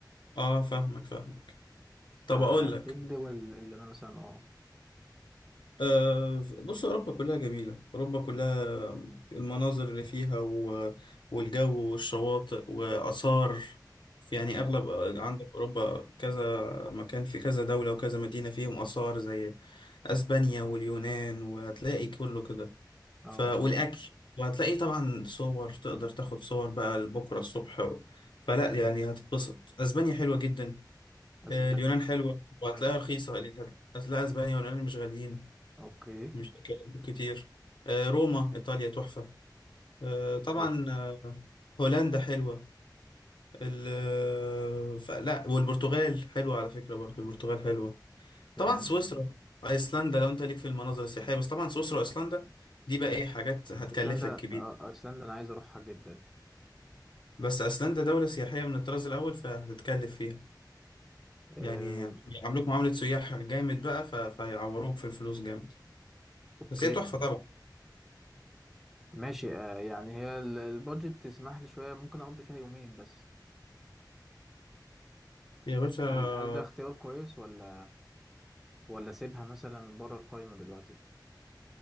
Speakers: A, on the left (about 85°); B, in the centre.
A: اه فاهمك فاهمك
B: فإيه
A: طب اقول لك
B: الدول اللي أنا مثلا أه
A: آه بص اوروبا كلها جميله اوروبا كلها المناظر اللي فيها و... والجو والشواطئ واثار يعني
B: تمام
A: اغلب عندك اوروبا كذا مكان في كذا دوله وكذا مدينه فيهم اثار زي اسبانيا واليونان وهتلاقي كله كده
B: اه
A: ف... والاكل وهتلاقي طبعا صور تقدر تاخد صور بقى لبكره الصبح و... فلا يعني هتتبسط اسبانيا حلوه جدا
B: اسبانيا
A: آه، اليونان حلوه وهتلاقيها
B: ماشي
A: رخيصه اللي هت- هتلاقي اسبانيا واليونان مش غاليين
B: اوكي
A: مش هيكلفوك كتير آه، روما ايطاليا تحفه آه،
B: اوكي
A: طبعا آه، هولندا حلوه ال... فلا والبرتغال حلوه على فكره برضو البرتغال حلوه طبعا
B: تمام
A: سويسرا ايسلندا لو انت ليك في المناظر السياحيه بس طبعا سويسرا وايسلندا دي بقى ايه حاجات هتكلفك
B: ايسلندا
A: كبير
B: آه، ايسلندا انا عايز اروحها جدا
A: بس أيسلندا دولة سياحية من الطراز الأول فهتتكلف فيها
B: آه،
A: يعني هيعاملوك معاملة سياح جامد بقى ف- فهيعوروك في الفلوس جامد
B: اوكي
A: بس هي تحفة طبعا
B: ماشي آه، يعني هي ال- البادجت تسمح لي شويه ممكن اقضي فيها يومين بس
A: يا باشا
B: هل هل ده اختيار كويس ولا ولا اسيبها مثلا بره القائمه دلوقتي